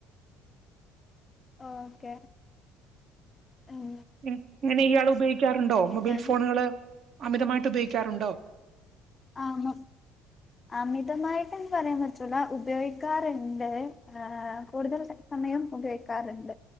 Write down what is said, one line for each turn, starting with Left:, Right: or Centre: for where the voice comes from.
Left: ഓക്കെ ഉം
Right: ഇങ്ങനെ ഇയാൾ ഉപയോഗിക്കാറുണ്ടോ മൊബൈൽ
Left: ഞാന്
Right: ഫോണുകള് അമിതമായിട്ട് ഉപയോഗിക്കാറുണ്ടോ
Left: ആഹ് മൊ അമിതമായിട്ട്ന്ന് പറയാൻ പറ്റുല ഉപയോഗിക്കാറുണ്ട് ഏഹ് കൂടുതൽ ട സമയം ഉപയോഗിക്കാറുണ്ട്